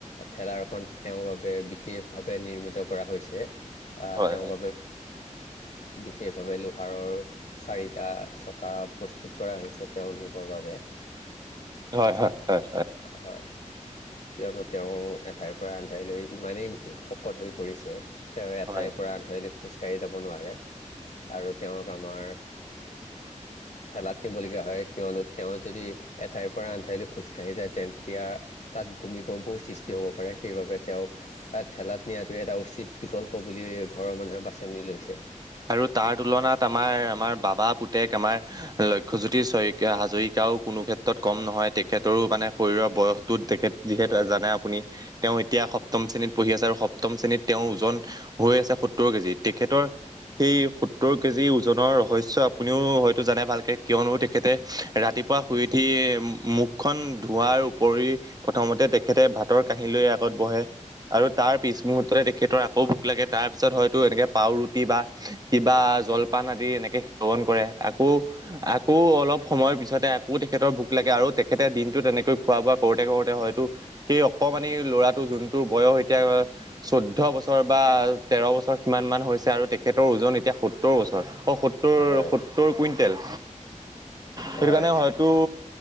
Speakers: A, on the left; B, on the right.
A: ঠেলাৰখন তেওঁৰ বাবে বিশেষভাৱে নিৰ্মিত কৰা হৈছে অ
B: হয়
A: তেওঁক
B: হয়
A: বিশেষভাৱে লোহাৰৰ চাৰিটা চকা প্ৰস্তুত প্ৰস্তুত কৰা হৈছে তেওঁক নিবৰ বাবে
B: হয় হয় হয়
A: হয় কিয়নো তেওঁ এঠাইৰ পৰা আনঠাইলৈ ইমানেই শকত হৈ পৰিছে তেওঁ এঠাইৰ
B: হয়
A: পৰা আঠৰিলি খোজ কাঁহী যাব নোৱাৰে আৰু তেওঁক আমাৰ ঠেলাত নিব লগীয়া হয় কিয়নো তেওঁ যদি এঠাইৰ পৰা আনঠাইলৈ খোজ কাঢ়ি কাঢ়ি যায় তেতিয়া তাত ভূমিকম্পও সৃষ্টি হ'ব পাৰে সেইবাবে তেওঁক ঠেলাত নিয়াটো এটা উচিত বিকল্প বুলি এই ঘৰৰ মানুহে বাছনি লৈছে
B: আৰু তাৰ তুলনাত আমাৰ আমাৰ বাবা পুতেক আমাৰ লক্ষ্যজ্যোতি চয় হাজৰিকাও কোনো ক্ষেত্ৰত কম নহয় তেখেতৰো মানে শৰীৰৰ বয়সটো তেখেত যিহেত জানে আপুনি তেওঁ এতিয়া সপ্তম শ্ৰেণীত পঢ়ি আছে আৰু সপ্তম শ্ৰেণীত তেওঁৰ ওজন হৈ আছে সত্তৰ কেজি তেখেতৰ সেই সত্তৰ কেজি ওজনৰ ৰহস্য আপুনিও হয়তো জানে ভালকে কিয়নো তেখেতে ৰাতি শুই উঠি মুখখন ধৱোৱাৰ উপৰি প্ৰথমতে তেখেতে ভাতৰ কাহী লৈ বহে আৰু তাৰ পিছ মুহৰ্ততে তেখেতৰ আকৌ ভোক লাগে তাৰ পিছত হয়তো এনেকে পাওৰুটি বা কিবা জলপান আদি এনেকে সেৱন কৰে আকৌ আকৌ অলপ সময়ৰ পিছতে আকৌ তেখেতৰ ভোক লাগে আৰু তেখেতে দিনটো তেনেকৈ খোৱা বোৱা কৰোতে তে কৰোতে হয়তো সেই অকমানি ল'ৰাটো যোনটো বয়স এতিয়া চৈধ্য বছৰ বা তেৰ বছৰ সিমানান হৈছে আৰু তেখেতৰ ওজন এতিয়া সত্তৰ বছৰ অঁ সত্তৰ
A: হয়
B: সত্তৰ কুইণ্টেল সেইটো
A: হয়
B: কাৰণে হয়তো